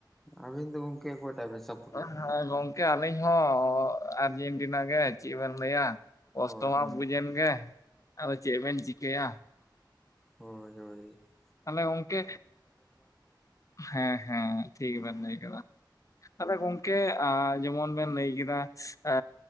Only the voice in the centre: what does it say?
ᱟᱹᱵᱤᱱ ᱫᱚ ᱜᱚᱢᱠᱮ ᱚᱠᱚᱭᱴᱟᱜ ᱵᱤᱱ ᱥᱟᱯᱳᱨᱴ
ᱞᱮᱫ ᱠᱚᱣᱟ?
ᱚ ᱟᱪᱪᱷᱟ
ᱦᱳᱭ ᱦᱳᱭ ᱾